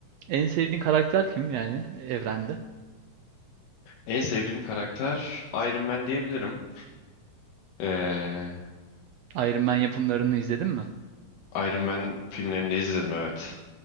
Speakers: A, on the right; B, on the left.
A: En sevdiğin karakter kim yani evrende?
B: en sevdiğim karakter Iron Man diyebilirim ee,
A: Iron Man yapımlarını izledin mi?
B: Iron Man filmlerini de izledim evet.